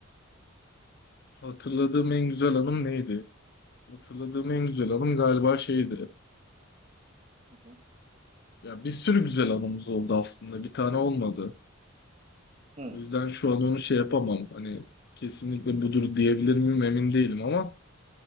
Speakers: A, on the left (about 55°); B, on the right (about 30°).
A: Hatırladığım en güzel anım neydi? Hatırladığım en güzel anım galiba şeydi.
B: Hı hı.
A: Ya bir sürü güzel anımız oldu aslında. Bir tane olmadı.
B: Hı,
A: O yüzden şu an onu şey yapamam. Hani kesinlikle budur diyebilir miyim emin değilim ama